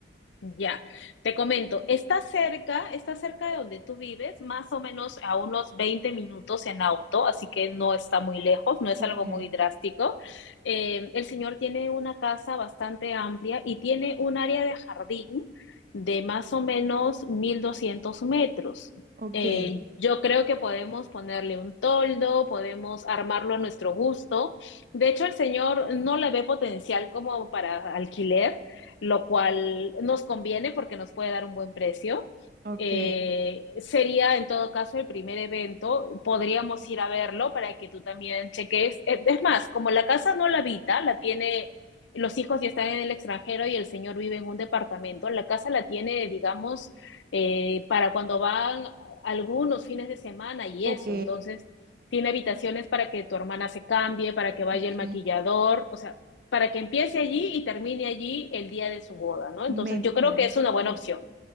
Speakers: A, on the left (about 85°); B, on the right (about 50°).
A: Ya, te comento, está cerca, está cerca de donde tú vives, más o menos a unos 20 minutos en auto, así que no está muy lejos, no es
B: Ok,
A: algo muy drástico. Eh, el señor tiene una casa bastante amplia y tiene un área de jardín de más o menos 1200 metros.
B: ok,
A: Eh, yo creo que podemos ponerle un toldo, podemos armarlo a nuestro gusto. De hecho, el señor no le ve potencial como para alquiler lo cual nos conviene porque nos puede dar un buen precio.
B: ok.
A: Eh, sería en todo caso el primer evento, podríamos ir a verlo para que tú también cheques. Eh, Es más, como la casa no la habita, la tiene, los hijos ya están en el extranjero y el señor vive en un departamento, la casa la tiene, digamos, eh, para cuando van algunos fines de semana y
B: Ok,
A: eso, entonces tiene habitaciones para que tu hermana se cambie, para que vaya
B: ok,
A: el maquillador, o sea, para que empiece allí y termine allí el día de su boda, ¿no?
B: me
A: Entonces yo creo
B: parece
A: que es una
B: excelente.
A: buena opción.